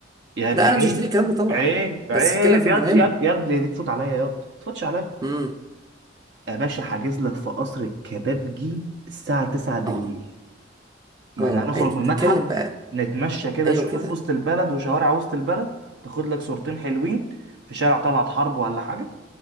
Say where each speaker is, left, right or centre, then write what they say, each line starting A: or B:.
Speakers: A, on the right (about 65°); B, on the right (about 20°).
A: يا
B: لا انا
A: عيب
B: مش هشتري الكلام ده طبعا
A: عيب عيب
B: بس اتكلم في المهم
A: ياض ياض ياض دي تفوت عليا ياض ما تفوتش
B: امم
A: يا باشا حاجز لك في قصر الكبابجي الساعة 9 بالليل
B: اه
A: ما
B: اه
A: احنا هنخرج
B: أي-
A: من المتحف
B: اتكلم بقى
A: نتمشى كده
B: ايوه
A: شوية
B: كده
A: في وسط البلد وشوارع وسط البلد تاخد لك صورتين حلوين في شارع طلعت حرب ولا حاجة